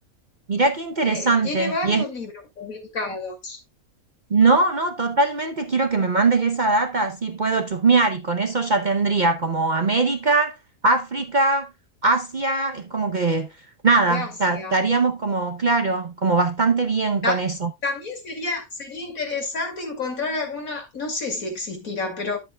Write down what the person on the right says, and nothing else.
Mirá qué interesante.
Y es,
no, no, totalmente quiero que me mandes esa data, así puedo chusmear y con eso ya tendría como América, África, Asia, es como que nada,
ta- estaríamos como, claro, como bastante bien con
eso.